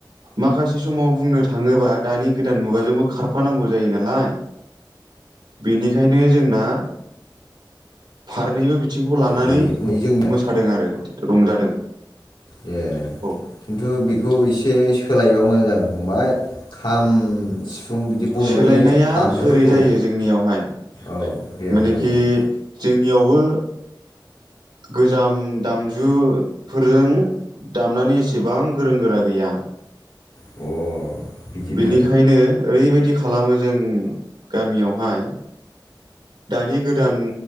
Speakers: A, on the right; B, on the left.
A: माखासे समाव बुंनो थाङोबा दानि गोदान मुगाजोंबो खारफानांगौ जायो नालाय बेनिखायनो जोंना फारनैबो बिथिंखौ लानानै
B: दे जोंनिया
A: मोसादों आरो रंजादों।
B: ए
A: औ
B: खिथु बेखौ एसे सोलायबा मोजां जागोन फंबाय खाम उम सिफुं बिदि बर'नि
A: सोलायनाया
B: दामजुफोरखौ
A: ओरै जायो जोंनियावहाय
B: औ दे
A: मानेखि
B: फंबाय बुं।
A: जोंनियावबो गोजाम दामजुफोरजों दामनानै एसेबां गोरों गोरा गैया।
B: अ। बिदिनो
A: बेनिखायनो ओरैबायदि खालामो जों गामियावहाय दानि गोदान